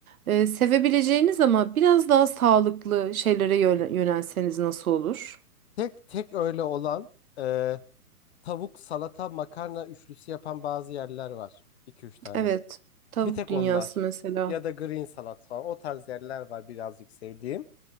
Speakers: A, on the right; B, on the left.
A: e, sevebileceğiniz ama biraz daha sağlıklı şeylere yöne- yönelseniz nasıl olur?
B: Tek tek öyle olan e, tavuk, salata, makarna üçlüsü yapan bazı yerler var. 2 üç tane.
A: Evet. Tavuk
B: Bir tek
A: dünyası
B: onlar
A: mesela.
B: ya da green salat falan o tarz yerler var birazcık sevdiğim.